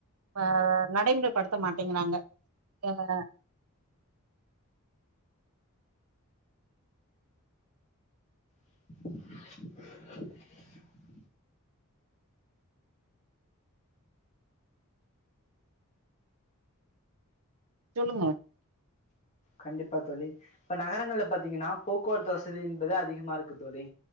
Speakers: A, on the right; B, on the left.
A: ஆஹ் நடைமுறைப்படுத்த மாட்டேங்கிறாங்க ஆஹ்
B: <unintelligible>
A: சொல்லுங்க
B: கண்டிப்பா தொலி இப்ப நகரங்கள்ல பாத்தீங்கன்னா போக்குவரத்து வசதி என்பது அதிகமா இருக்கு தொலி